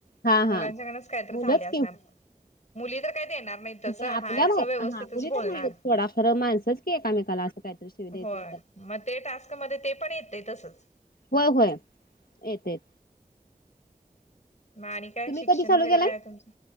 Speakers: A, on the left (about 80°); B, on the left (about 50°).
A: हा
B: मुलांच्याकच
A: हा
B: काहीत
A: मुलंच
B: झाली असणार, मुली तर काय देणार नाहीत तसं
A: आपल्याला
B: हाय असं व्यवस्थितच
A: हा <inaudible> ना
B: बोलणार.
A: थोडाफार माणसंच की आहे कामेकाला असं काहीतरी <unintelligible>
B: होय
A: द्यायच
B: मग ते टास्क मध्ये, ते पण येतय तसच.
A: होय, होय येत येत,
B: म आणि काय
A: तुम्ही
B: शिक्षण,
A: कधी चालू
B: वगैरे
A: केलाय
B: काय तुमचं,